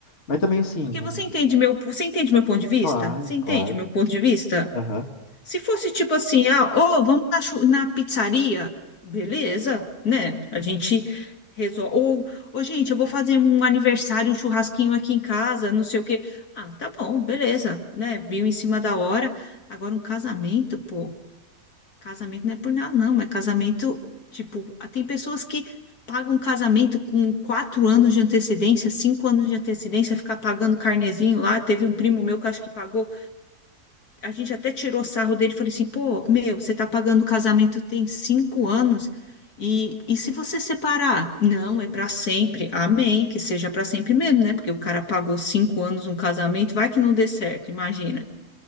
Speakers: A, on the left; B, on the left.
A: mas também assim,
B: Porque
A: não-
B: você entende meu, você entende meu ponto de vista?
A: claro,
B: Você entende
A: claro,
B: meu ponto de vista?
A: aham,
B: Se fosse tipo assim, ah, ó, vamos na, chu- na pizzaria, beleza, né? A gente resolve. Ou, ô, gente, eu vou fazer um aniversário, um churrasquinho aqui em casa, não sei o quê. Ah, tá bom, beleza, né? Viu em cima da hora. Agora, um casamento, pô, casamento não é por nada, não, mas casamento, tipo, ah, tem pessoas que pagam um casamento com quatro anos de antecedência, cinco anos de antecedência, ficar pagando carnezinho lá. Teve um primo meu que acho que pagou a gente até tirou sarro dele, e falei assim, pô, meu, você tá pagando o casamento tem cinco anos, e, e se você separar? Não, é para sempre, amém, que seja para sempre mesmo, né? Porque o cara pagou cinco anos um casamento, vai que não dê certo, imagina.